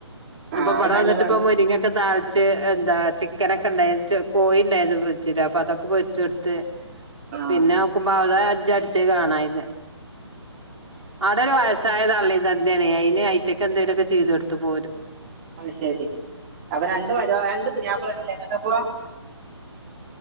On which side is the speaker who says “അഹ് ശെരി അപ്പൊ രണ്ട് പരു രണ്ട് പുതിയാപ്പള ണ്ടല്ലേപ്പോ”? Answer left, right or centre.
Right